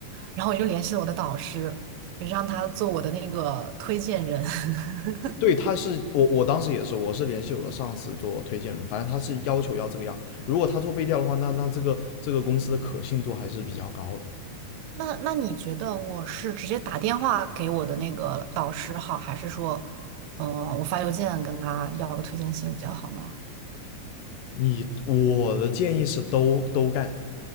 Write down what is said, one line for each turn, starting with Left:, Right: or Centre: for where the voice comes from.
Right: 然后我就联系了我的导师，让他做我的那个推荐人。<laughs>
Left: 对，他是我我当时也是，我是联系我的上司做推荐人，反正他是要求要这个样。如果他做背调的话，那那这个这个公司的可信度还是比较高的。
Right: 那那你觉得我是直接打电话给我的那个导师好，还是说，嗯，我发邮件跟他要个推荐信比较好呢？
Left: 你我的建议是都都干